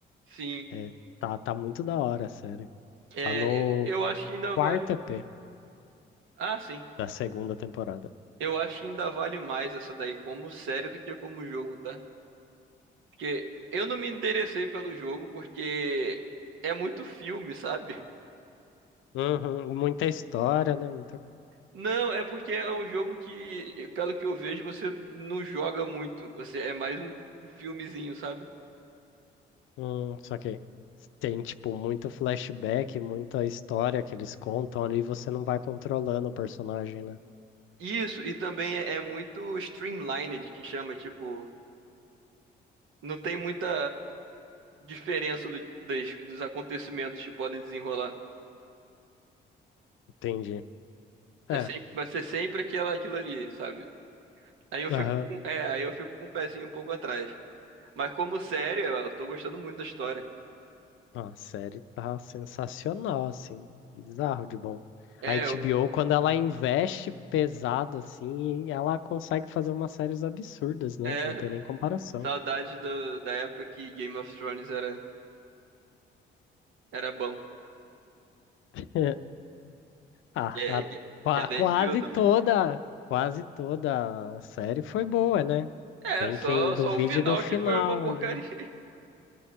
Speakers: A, on the right (about 80°); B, on the left (about 80°).
A: Sim.
B: É, tá, tá muito da hora a série.
A: É,
B: Tá no
A: eu acho que ainda
B: quarto
A: vale.
B: EP
A: Ah, sim.
B: da segunda temporada.
A: Eu acho que ainda vale mais essa daí como série do que como jogo, tá? Porque eu não me interessei pelo jogo porque é muito filme, sabe?
B: Uhum, muita história, né? Muita...
A: Não, é porque é um jogo que, pelo que eu vejo, você não joga muito. Você é mais um, um filmezinho, sabe?
B: Hum, só que tem, tipo, muito flashback, muita história que eles contam ali e você não vai controlando o personagem, né?
A: Isso, e também é, é muito streamlined, que chama, tipo, não tem muita diferença do- das- dos acontecimentos que podem desenrolar.
B: Entendi. É,
A: É sempre, vai ser sempre aquela, aquilo ali, sabe? Aí eu
B: aham.
A: fico com, é, aí eu fico com o pezinho um pouco atrás. Mas como série, eu tô gostando muito da história.
B: Ah, A série tá sensacional, assim. Bizarro de bom.
A: É,
B: A HBO,
A: eu,
B: quando ela investe pesado, assim, ela consegue fazer umas séries absurdas, né?
A: é
B: Não tem nem comparação.
A: saudade do, da época que Game of Thrones era, era bom.
B: <laughs> Ah,
A: Que, é-
B: a-
A: que,
B: qua-
A: que é da
B: quase
A: HBO também.
B: toda, quase toda a série foi boa, né?
A: É,
B: Tem
A: só,
B: quem duvide
A: só o final
B: do final
A: que foi uma porcaria.
B: ali.
A: <laughs>